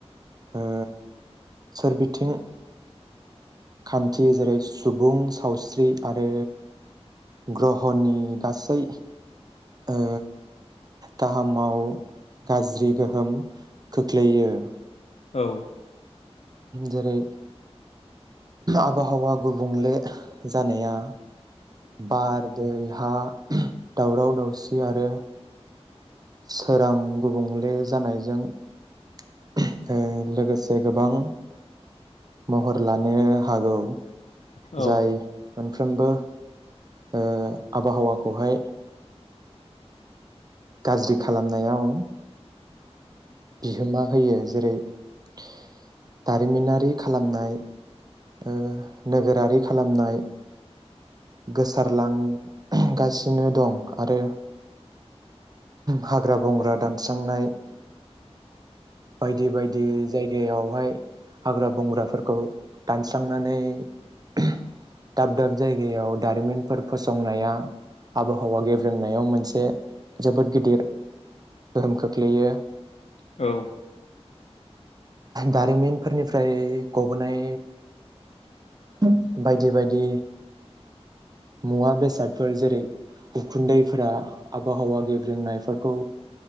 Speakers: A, on the right; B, on the left.
A: ओ सोरबिथिं खान्थि जेरै सुबुं सावस्रि आरो ग्रहनि गासै ओ गाहामाव गाज्रि गोहोम खोख्लैयो।
B: औ
A: जेरै आबहावा गुबुंले जानाया बार दै हा दावराव दावसि आरो सोरां गुबुंले जानायजों, <inaudible> ओ लोगोसे गोबां महर लानो हागौ।
B: औ
A: जाय मोनफ्रोमबो, ओ आबहावाखौहाय गाज्रि खालामनायाव बिहोमा होयो जेरै <inaudible> दारिमिनारि खालामनाय ओ नोगोरारि खालामनाय। गोसारलां गासिनो दं आरो हाग्रा बंग्रा दानस्रांनाय बायदि बायदि जायगायावहाय हाग्रा बंग्राफोरखौ दानस्रांनानै, <inaudible> दाब दाब जायगायाव दारिमिनफोर फसंनाया आबहावा गेब्रेंनायाव मोनसे जोबोद गिदिर गोहोम खोख्लैयो।
B: औ।
A: दारिमिनफोरनिफ्राय गबोनाय, <inaudible> बायदि बायदि मुवा बेसादफोर जेरै उखुन्दैफोरा आबहावा गेब्रोंनायफोरखौ